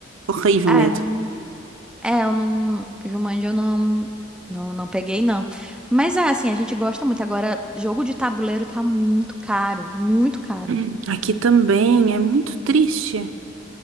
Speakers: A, on the right; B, in the centre.
A: Horrível
B: É,
A: medo.
B: É, eu não. Jumanji eu não, não, não peguei, não. Mas é assim, a gente gosta muito. Agora, jogo de tabuleiro tá muito caro, muito caro.
A: Hum. Aqui também é muito triste.